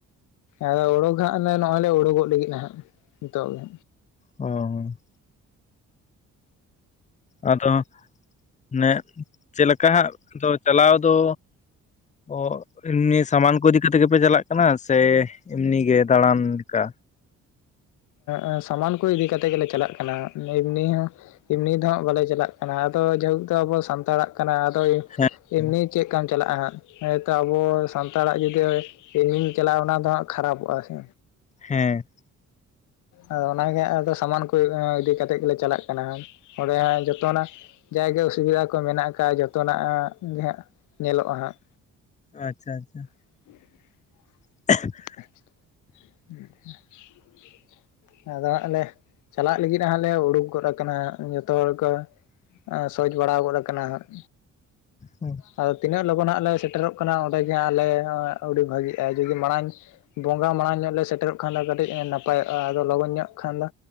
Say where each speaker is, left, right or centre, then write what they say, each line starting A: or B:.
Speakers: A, on the left; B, on the left.
A: ᱟᱫᱚ ᱚᱰᱳᱠ ᱦᱟᱸᱜ ᱱᱚᱜᱼᱚᱭ ᱞᱮ ᱩᱰᱳᱠᱚᱜ ᱞᱟᱹᱜᱤᱫ ᱱᱟ ᱦᱟᱸᱜ ᱱᱤᱛᱚᱜ ᱜᱮ᱾
B: ᱚᱸ ᱟᱫᱚ ᱢᱟᱱᱮ ᱪᱮᱫ ᱞᱮᱠᱟ ᱦᱟᱸᱜ ᱫᱚ ᱪᱟᱞᱟᱣ ᱫᱚ ᱚ ᱮᱢᱱᱤ ᱥᱟᱢᱟᱱ ᱠᱚ ᱤᱫᱤ ᱠᱟᱛᱮᱜ ᱜᱮᱯᱮ ᱪᱟᱞᱟᱜ ᱠᱟᱱᱟ ᱥᱮ ᱮᱢᱱᱤ ᱜᱮ ᱫᱟᱬᱟᱱ ᱞᱮᱠᱟ,
A: ᱮᱸ ᱥᱟᱢᱟᱱ ᱠᱚ ᱤᱫᱤ ᱠᱟᱛᱮᱜ ᱜᱮᱞᱮ ᱪᱟᱞᱟᱜ ᱠᱟᱱᱟ ᱮᱢᱱᱤ ᱦᱚᱸ ᱮᱢᱱᱤ ᱫᱚ ᱦᱟᱸᱜ ᱵᱟᱞᱮ ᱪᱟᱞᱟᱜ ᱠᱟᱱᱟ ᱟᱫᱚ ᱡᱮᱦᱩᱛᱚ ᱟᱵᱚᱭᱟᱜ ᱥᱟᱱᱛᱟᱲᱟᱜ ᱠᱟᱱᱟ ᱫᱚ
B: ᱦᱮᱸ
A: ᱮᱢᱱᱮ ᱪᱮᱫ ᱠᱟᱱ ᱪᱟᱞᱟᱜᱼᱟ ᱦᱟᱸᱜ ᱦᱮᱸᱛᱚ ᱟᱵᱚ ᱥᱟᱱᱛᱟᱲᱟᱜ ᱡᱩᱫᱤ ᱤᱧᱤᱧ ᱪᱟᱞᱟᱜᱼᱟ ᱚᱱᱟ ᱫᱚ ᱦᱟᱸᱜ ᱠᱷᱟᱨᱟᱯᱚᱜᱼᱟ ᱥᱮ,
B: ᱦᱮᱸ
A: ᱟᱫᱚ ᱚᱱᱟᱜᱮ ᱟᱫᱚ ᱥᱟᱢᱟᱱ ᱠᱚ ᱤᱫᱤ ᱠᱟᱛᱮᱜ ᱜᱮᱞᱮ ᱪᱟᱞᱟᱜ ᱠᱟᱱᱟ ᱚᱸᱰᱮ ᱦᱟᱸᱜ ᱡᱚᱛᱚᱱᱟᱜ ᱡᱟᱜᱮ ᱚᱥᱩᱵᱤᱫᱟ ᱠᱚ ᱢᱮᱱᱟᱜ ᱟᱠᱟᱜᱼᱟ ᱡᱚᱛᱚᱱᱟᱜ ᱜᱮ ᱦᱟᱸᱜ ᱧᱮᱞᱚᱜᱼᱟ ᱦᱟᱸᱜ᱾
B: ᱟᱪᱪᱷᱟ ᱟᱪᱪᱷᱟ,
A: <inaudible>
B: <inaudible>
A: ᱦᱮ ᱟᱪᱪᱷᱟ, ᱟᱫᱚ ᱦᱟᱸᱜ ᱞᱮ ᱪᱟᱞᱟᱜ ᱞᱟᱹᱜᱤᱫ ᱦᱟᱸᱜ ᱞᱮ ᱩᱰᱩᱠ ᱜᱚᱫ ᱟᱠᱟᱱᱟ ᱡᱚᱛᱚ ᱦᱚᱲ ᱠᱚ ᱥᱚᱪ ᱵᱟᱲᱟ ᱜᱚᱫ ᱟᱠᱟᱱᱟ ᱦᱟᱸᱜ᱾
B: ᱦᱩᱸ
A: ᱟᱫᱚ ᱛᱤᱱᱟᱹᱜ ᱞᱚᱜᱚᱱ ᱦᱟᱸᱜ ᱞᱮ ᱥᱮᱴᱮᱨᱚᱜ ᱠᱟᱱᱟ ᱚᱸᱰᱮ ᱜᱮ ᱟᱞᱮ ᱟᱹᱰᱤ ᱵᱷᱟᱹᱜᱤᱜᱼᱟ ᱡᱩᱫᱤ ᱢᱟᱲᱟᱝ ᱵᱚᱸᱜᱟ ᱢᱟᱲᱟᱝ ᱧᱚᱜ ᱞᱮ ᱥᱮᱴᱮᱨᱚᱜ ᱠᱷᱟᱱ ᱫᱚ ᱠᱟᱹᱴᱤᱷ ᱱᱟᱯᱟᱭᱚᱜᱼᱟ ᱟᱫᱚ ᱞᱚᱜᱚᱱ ᱧᱚᱜ ᱠᱷᱟᱱ ᱫᱚ